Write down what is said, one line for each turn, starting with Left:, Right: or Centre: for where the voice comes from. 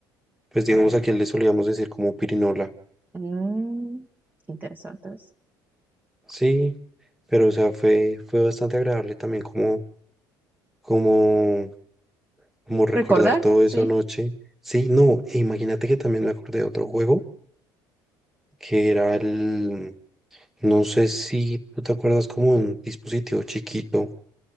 Centre: Pues digamos aquí le solíamos decir como pirinola.
Right: Mm, interesante. es.
Centre: Sí, pero o sea, fue, fue bastante agradable también como, como, como recordar
Right: Recordar,
Centre: todo eso
Right: sí.
Centre: anoche. Sí, no, e imagínate que también me acordé de otro juego que era el, no sé si tú te acuerdas como un dispositivo chiquito